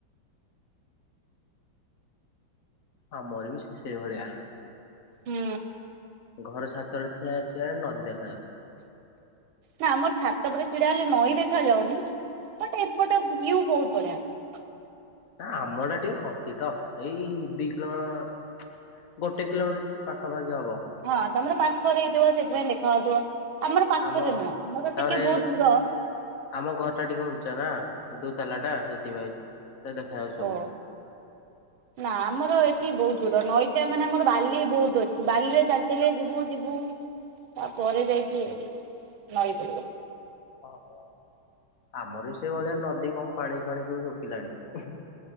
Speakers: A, on the left (about 45°); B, on the right (about 85°).
A: ଆଉ ମୋର ବି ଶଷେଇ ଭଳିଆ
B: ହୁଁ
A: ଘର ଛାତରେ ଥିବାଠିଆ ନ ନିଅ
B: ନା ଆମର ଛାତ ତାପରେ ଛିଡା ହେଲେ ନଈ ଦେଖା ଯାଉନି ବଟ ଏପଟ ବୁଲିଆକୁ ବହୁତ ବଢିଆ ।
A: ନା ଆମ ଟା ଟିକେ କତିଟ ଏଇ ଦି କିଲୋମିଟର ଗୋଟେ କିଲୋମିଟର ପାଖାପାଖି ହବ।
B: ହଁ ତମର ପାଖରେ ହେଇଥିବ ସେଥିପାଇଁ ଥା ଦୁ ଆମର ପାଖରେ
A: ଆମ
B: ନୁହଁ ଆମର
A: ତାପରେ
B: ଟିକେ ବହୁତ ଦୂର
A: ଆମ ଘର ଟା ଟିକେ ଉଞ୍ଚା ନା ଦୋ ତାଲା ଟା ସେଥିପାଇଁ ଦେଖାଯାଉଛି ସବୁ
B: ଓ ନା ଆମର ଏଠି ବହୁତ ଦୂର। ନଈଟା ମାନେ ଆମର ବାଲି ବହୁତ ଅଛି। ବାଲିରେ ଚାଲି ଚାଲିଆ ଯିବୁ ଯିବୁ ତା ପରେ ଯାଇକି ନଈ ପଡିବ।
A: ଓହୋ! ଆମର ବି ସେଇ ଭଳିଆ ନଦୀ କଣ, ପାଣି ଫାଣି ସବୁ ଶୁଖିଲାଣି।